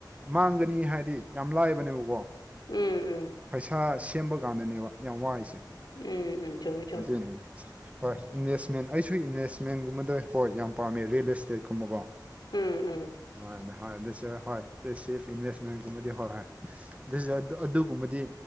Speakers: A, on the right (about 15°); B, on the left (about 65°).
A: ꯃꯥꯡꯒꯅꯤ ꯍꯥꯏꯗꯤ ꯌꯥꯝ ꯂꯥꯏꯕꯅꯦꯕꯀꯣ
B: ꯎꯪꯎꯪ
A: ꯄꯩꯁꯥ ꯁꯦꯝꯕ ꯀꯥꯟꯗꯅꯦꯕ ꯌꯥꯝ ꯋꯥꯏꯁꯦ
B: ꯎꯝ ꯎꯝ ꯆꯨꯝꯃꯤ ꯆꯨꯝꯃꯤ
A: ꯑꯗꯨꯏꯅꯤ ꯍꯣꯏ ꯏꯟꯚꯦꯁꯃꯦꯟ ꯑꯩꯁꯨ ꯏꯟꯚꯦꯁꯃꯦꯟꯒꯨꯝꯕꯗ ꯍꯣꯏ ꯌꯥꯝ ꯄꯥꯝꯃꯦ ꯔꯤꯌꯦꯜ ꯏꯁꯇꯦꯠꯀꯨꯝꯕꯀꯣ
B: ꯎꯝ ꯎꯝ
A: ꯍꯣꯏ ꯍꯣꯏ ꯑꯗꯨꯁꯨ ꯍꯣꯏ ꯄꯦꯁꯤꯐ ꯏꯟꯚꯦꯁꯃꯦꯟꯒꯨꯝꯕꯗꯤ ꯍꯣꯏ ꯗꯦꯖꯥꯔꯠꯇꯣ ꯑꯗꯨꯒꯨꯝꯕꯗꯤ